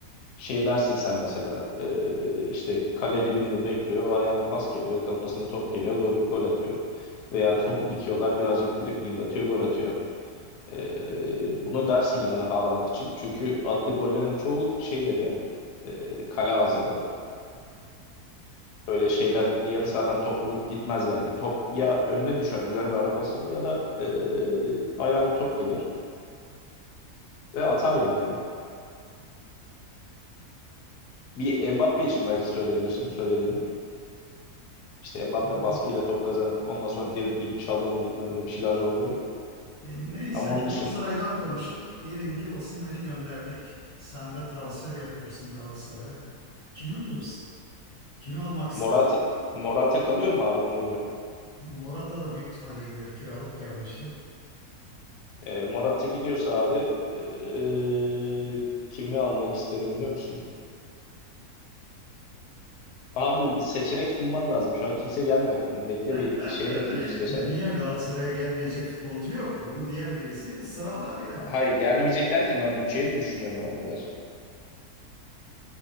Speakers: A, on the left; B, on the left.
A: şey dersin sen mesela e, işte kale dibinde bekliyor, ayağına pas geliyor, kafasına top geliyor, gol, gol atıyor. Veya topu dikiyorlar, birazcık dribling atıyor, gol atıyor. Ee, bunu dersin yani Haaland için. Çünkü attığı gollerin çoğu şeydir yani. e, kale ağzındadır. Öyle şeyden yarı sahadan top alıp gitmez yani. Top ya önüne düşer güzel bir ara pasıyla ya da e, ayağına top gelir ve atar yani. Hani. Bir Mbappe için belki söyleyebilirsin bu söylediğini. İşte Mbappe
B: Olabilir.
A: baskıyla top kazanıp ondan sonra dribling, çalım bilmem ne bir şeyler zorluyor.
B: E, neyse
A: Ama
B: Galatasaray'dan
A: onun dışında
B: konuştuk. Diyelim ki Osimhen'i gönderdik. Sen de transfer yapıyorsun Galatasaray'a. Kimi alırsın? Kimi
A: <laughs>
B: almak istersin?
A: Morata Morata kalıyor mu abi ona göre?
B: Morata da büyük ihtimalle gidiyor. Kiralık gelmişti.
A: E, Morata gidiyorsa abi e, kimi almak isterim biliyor musun? Abi bir seçenek sunman lazım. Şu an kimse gelmiyor aklıma. Bekle
B: <laughs>
A: bir şeye bakayım istiyorsan.
B: Dedin ya Galatasaray'a gelmeyecek futbolcu yok. Bunu diyen birisi sıralar yani.
A: Hayır gelmeyecek derken ben bütçeyi de düşünüyorum ama birazcık.